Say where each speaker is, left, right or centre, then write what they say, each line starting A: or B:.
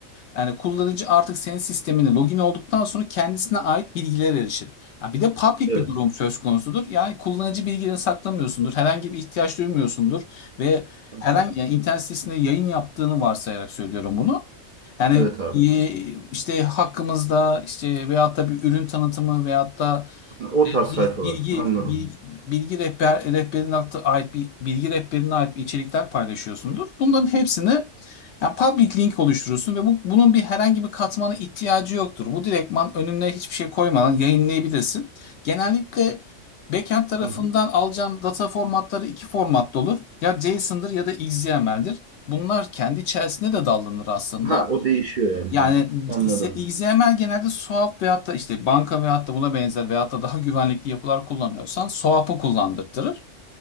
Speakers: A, on the left (about 65°); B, on the right (about 55°).
A: yani kullanıcı artık senin sistemine login olduktan sonra kendisine ait bilgilere erişir. Ya bir de public
B: Evet.
A: bir durum söz konusudur. Yani kullanıcı bilgilerini saklamıyorsundur. Herhangi bir ihtiyaç duymuyorsundur. Ve
B: aha,
A: herhangi yani internet sitesinde yayın yaptığını varsayarak söylüyorum bunu. Yani
B: Evet abi.
A: e, işte hakkımızda işte veyahut da bir ürün tanıtımı veyahut da
B: O
A: Bil-
B: tarz sayfalar.
A: bilgi
B: Anladım.
A: bilgi, bilgi rehber rehberine ait bir bilgi rehberine ait bir içerikler paylaşıyorsundur. Bunların hepsini yani public link oluşturursun ve bu, bunun bir herhangi bir katmana ihtiyacı yoktur. Bu direktman önüne hiçbir şey koymadan yayınlayabilirsin. Genellikle backend tarafından
B: Hı hı.
A: alacağın data formatları iki formatta olur. Ya JSON'dır ya da XML'dir. Bunlar kendi içerisinde de dallanır aslında.
B: Ha o değişiyor yani.
A: Yani
B: Anladım.
A: XML genelde SOAP veyahut da işte banka veyahut da buna benzer veyahut da daha güvenlikli yapılar kullanıyorsan SOAP'ı kullandırtırır.